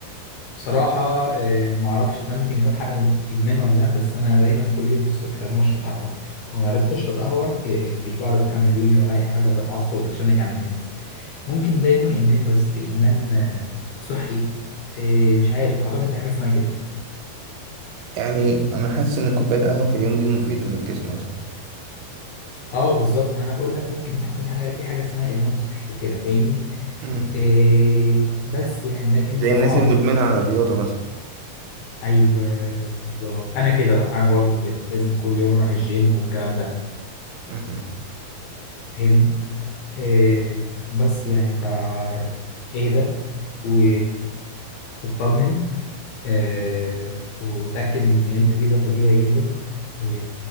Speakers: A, on the left; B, on the right.
A: بصراحة آه معرفش ده ممكن يكون حاجة مد- إدمان ولا لأ بس أنا دايما كل يوم الصبح لازم أشرب قهوة لو معرفتش أشرب قهوة آه مش بعرف أكمل يومي ولا أي حاجة وبتعصب وبتشنج على الناس ممكن ده يكون ادمان بس ادمان آه، صحي آه، مش عارف اعتقد في حاجه اسمها كده
B: يعني انا حاسس ان كوباية قهوة في اليوم دي مفيدة للجسم اصلا
A: اه بالظبط ما انا بقول لك ممكن يكون حاجه في حاجه اسمها ادمان صحي وكده فاهمني
B: مهم.
A: آه، بس يعني لكن
B: زي
A: بصراحه
B: الناس اللي مدمنة على الرياضة مثلا
A: ايوه بالظبط انا كده بقى انا برضو كده لازم كل يوم اروح الجيم والكلام ده
B: مهم.
A: فاهمني آه، بس يعني فا اهدى و- واطمن آه وتأكد إن اللي أنت فيه ده طبيعي جدا و...